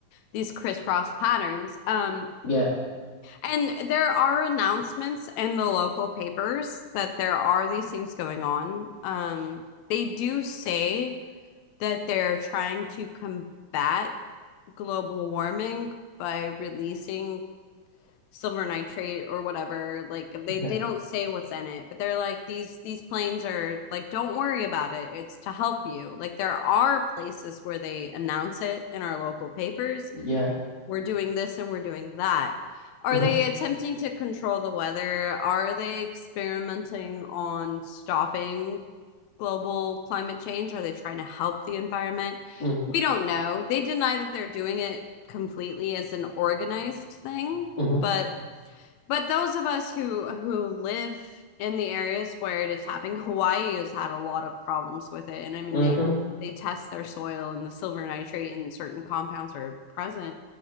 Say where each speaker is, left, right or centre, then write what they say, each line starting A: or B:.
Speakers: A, on the left; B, on the left.
A: these crisscross patterns. Um,
B: yeah,
A: and there are announcements in the local papers that there are these things going on. Um, they do say that they're trying to combat global warming by releasing silver nitrate or whatever. Like they
B: yeah,
A: they don't say what's in it, but they're like these these planes are like don't worry about it. It's to help you. Like there are places where they announce it in our local papers
B: yeah.
A: we're doing this and we're doing that. Are
B: Mm-hmm,
A: they attempting to control the weather? Are they experimenting on stopping global climate change? Are they trying to help the environment?
B: mm,
A: We don't know. They deny that they're doing it completely as an organized thing,
B: mm-hmm,
A: but but those of us who who live in the areas where it is happening, Hawaii has had a lot of problems with it. And I mean
B: mm-hmm.
A: they they test their soil and the silver nitrate and certain compounds are present